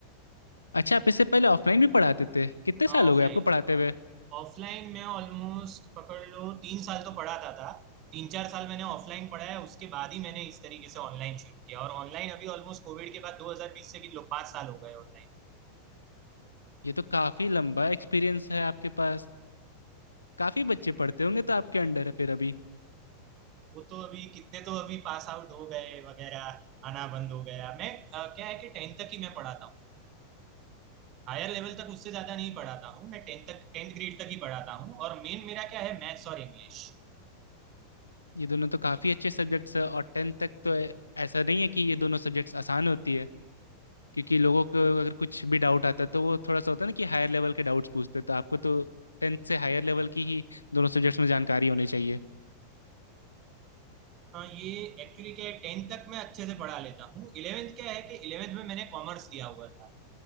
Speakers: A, on the left (about 85°); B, on the right (about 40°).
A: अच्छा आप इससे पहले ऑफलाइन भी पढ़ाते थे कितने साल
B: ऑफलाइन
A: हो गए आपको पढ़ाते हुए
B: ऑफलाइन मैं ऑलमोस्ट पकड़ लो तीन साल तो पढ़ाता था तीन चार साल मैंने ऑफलाइन पढ़ा है उसके बाद ही मैंने इस तरीके से ऑनलाइन शुरू किया और ऑनलाइन अभी ऑलमोस्ट कोविड के बाद 2020 से किन लोग पांच साल हो गए ऑनलाइन
A: ये तो काफी लंबा एक्सपीरियंस है आपके पास काफी बच्चे पढ़ते होंगे तो आपके अंडर है फिर अभी
B: वो तो अभी कितने तो अभी पास आउट हो गए वगैरह आना बंद हो गया मैं अ, क्या है कि टेंथ तक ही मैं पढ़ाता हूँ, हायर लेवल तक उससे ज्यादा नहीं पढ़ाता हूँ मैं टेंथ तक टेंथ ग्रेड तक ही पढ़ाता हूँ और मेन मेरा क्या है मैथ्स और इंग्लिश
A: ये दोनों तो काफी अच्छे सब्जेक्ट्स है और टेंथ तक तो ऐ- ऐसा नहीं है कि ये दोनों सब्जेक्ट्स आसान होती है क्योंकि लोगों को अगर कुछ भी डाउट आता है तो वो थोड़ा सा होता है ना कि हायर लेवल के डाउट्स पूछते हैं तो आपको तो टेंथ से हायर लेवल की ही दोनों सब्जेक्ट्स में जानकारी होनी चाहिए
B: ये एक्चुअली क्या है टेंथ तक मैं अच्छे से पढ़ा लेता हूँ इलेवेंथ क्या है कि इलेवेंथ में मैंने कॉमर्स लिया हुआ था